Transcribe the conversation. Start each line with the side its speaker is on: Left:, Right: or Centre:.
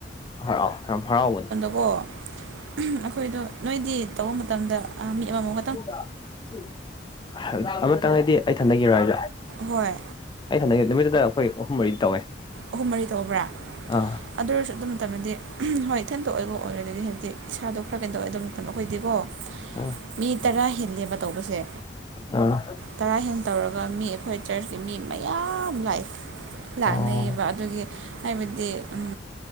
Left: ꯍꯔꯥꯎ ꯌꯥꯝ ꯍꯔꯥꯎꯕꯗ
Right: ꯑꯣ ꯑꯩꯈꯣꯏꯗꯣ ꯅꯣꯏꯗꯤ ꯇꯧꯕ ꯃꯇꯝꯗ ꯑ ꯃꯤ ꯑꯃꯃꯝ
Left: <unintelligible> ꯑꯃꯇꯪ ꯍꯥꯏꯗꯤ ꯑꯩ ꯊꯟꯗꯒꯤꯔꯣ ꯍꯥꯏꯖꯦ
Right: ꯍꯣꯏ
Left: ꯑꯩ ꯊꯟꯗꯒꯤ ꯅꯨꯃꯤꯠꯇꯨꯗ ꯑꯩꯈꯣꯏ ꯑꯍꯨꯝ ꯃꯔꯤꯗꯤ ꯇꯧꯋꯦ
Right: ꯑꯍꯨꯝ ꯃꯔꯤ ꯇꯧꯕ꯭ꯔꯥ
Left: ꯑꯥ
Right: ꯑꯗꯨ ꯑꯣꯏꯔꯁꯨ ꯑꯗꯨ ꯃꯇꯝꯗꯗꯤ <unintelligible> ꯍꯣꯏ ꯏꯊꯟꯇ ꯑꯣꯏꯕ ꯑꯣꯏꯔꯒꯗꯤ ꯍꯥꯏꯕꯗꯤ ꯏꯁꯥꯗꯣ ꯈꯔ ꯀꯩꯅꯣꯇꯧꯋꯦ ꯑꯗꯨ ꯃꯇꯝ ꯑꯩꯈꯣꯏꯗꯤꯀꯣ
Left: ꯑꯥ
Right: ꯃꯤ ꯇꯔꯥ ꯍꯦꯜꯂꯦꯕ ꯇꯧꯕꯁꯦ
Left: ꯑꯥ
Right: ꯇꯔꯥ ꯍꯦꯟ ꯇꯧꯔꯒ ꯃꯤ ꯑꯩꯈꯣꯏ ꯆꯔꯆꯀꯤ ꯃꯤ ꯃꯌꯥꯝ ꯂꯥꯛꯑꯦ ꯂꯥꯛꯅꯩꯌꯦꯕ
Left: ꯑꯣ
Right: ꯑꯗꯨꯒꯤ ꯍꯥꯏꯕꯗꯤ ꯎꯝ